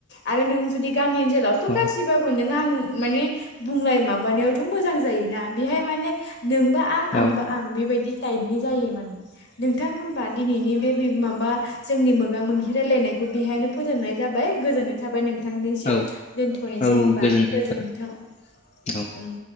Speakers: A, on the left; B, on the left.
A: आरो नों जुदि गामि ओनसोलावथ'
B: औ
A: गाज्रिबाबो नों आं माने बुंनाय माबानायावथ' मोजां जायोना बेहाय माने नोंबो आं
B: औ
A: आंबो
B: औ
A: आं बेबायदि टाइपनि जायो माने नोंथांमोनबा दिनैनि बे माबा जोंनि मोगा मोगि रायलायनायखौ बेहायनो फोजोबनाय जाबाय गोजोननाय थाबाय नोंथांनिसिम
B: औ
A: दोनथ'नोसै थ'नोसै
B: औ
A: होनबा
B: गोजोननाय
A: गोजोन्थों
B: थाबाय औ
A: उम